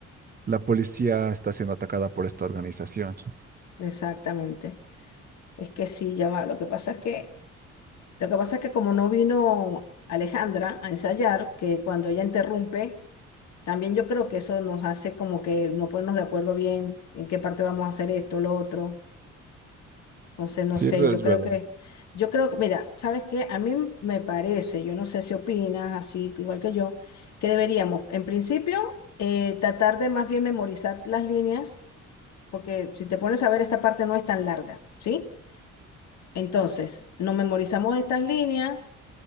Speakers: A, on the right (about 30°); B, on the left (about 65°).
A: la policía está siendo atacada por esta organización.
B: exactamente. Es que sí, ya va. Lo que pasa es que, lo que pasa es que como no vino Alejandra a ensayar, que cuando ella interrumpe También yo creo que eso nos hace como que no ponernos de acuerdo bien en qué parte vamos a hacer esto, lo otro. Entonces, no
A: Sí,
B: sé,
A: eso
B: yo
A: es
B: creo
A: verdad.
B: que, yo creo que, mira, ¿sabes qué? A mí me parece, yo no sé si opinas así, igual que yo, que deberíamos, en principio, eh, tratar de más bien memorizar las líneas, porque si te pones a ver, esta parte no es tan larga, ¿sí? Entonces, nos memorizamos estas líneas